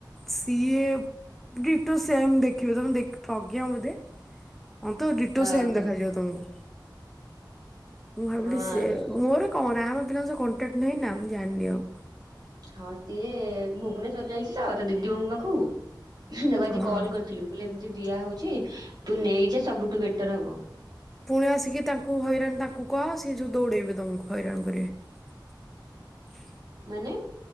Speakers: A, in the centre; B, on the right.
A: ସିଏ ୁ ସେମ୍ ଦେଖିବ ତମେ ଦେଖ ଥକ ବୋଧେ ହଁ ତ ରଡିଟୋ
B: ଓହୋ
A: ସେମ ଦେଖାଯିବ ତମକୁ ମୁଁ ଭାବିଲି
B: ହଁ
A: ସେି ମୋର କଣ ରାାମ ପିଲାଙ୍କ ସହ କଣ୍ଟାକ୍ଟ ନହିଁ ନା ମୁଁ ଜାଣିନି ଆଉ
B: ହଁ ସିଏ ଭୁବନେଶ୍ଵର ଯାଇଛି ତ ତା ଦିଦି ବୋଉଙ୍କ ପାଖକୁ ଦେଖ ଆଜି
A: ହଁ।
B: କଲ କରିଥିଲି ମୁଁ କହିଲି ଏମିତି ଦିଆ ହଉଛି ତୁ ନେଇଯ ସବୁଠୁ ବେଟର ହବ
A: ପୁଣି ଆସିକି ତାଙ୍କୁ ହଇରାଣ ତାଙ୍କୁ କୁହ ସିଏ ଯୋଉ ଦୌଡେଇବେ ତମକୁ ହଇରାଣ କରିବେ
B: ମାନେ